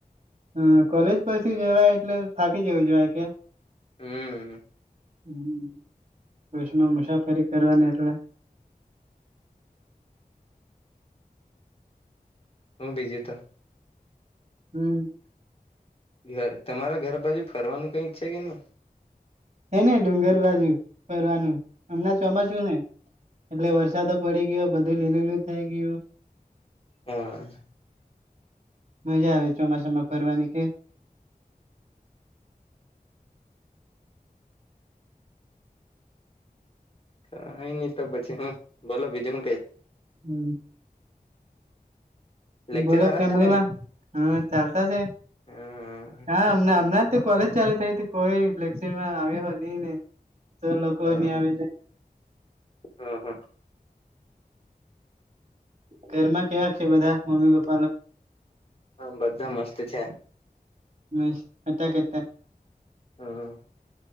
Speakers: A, on the right; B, on the left.
A: હમ, કોલેજ પછી જવાય એટલે, થાકી જેવું જવાય કે?
B: હમ
A: હમ, બશમાં મુશાફરી કરવાની, એટલે?
B: હું બીજી તો?
A: હમ
B: ઘર, તમારા ઘર બાજુ ફરવાનું કઈ છે કે નઈ?
A: હે ને, ડુંગર બાજુ ફરવાનું, હમણાં ચોમાસું ને! એટલે વરસાદો પડી ગયો બધું લીલુ લુ. થઈ ગ્યુ.
B: હા
A: મજા આવે, ચોમાસામાં ફરવાની કે?
B: કઈ નઈ તો પછી હું, બોલો બીજું હું કઈ?
A: હમ
B: લેક્ચર
A: બોલો,
B: હારા
A: ફેમલીમાં
B: ચાલે ને
A: હમ ચાલતા છે?
B: હમ
A: હામ હમના જ તે કોલેજ ચાલુ થઈતી? કોઈ લૅકચરમા આવે હો ની ને, જો લોકોની
B: હ
A: આવી દે
B: હ હ
A: ઘરમાં કેવા છે બધા મમ્મી પપ્પ
B: હ બધા મસ્ત છે.
A: મસ્ત હતા કતા.
B: હા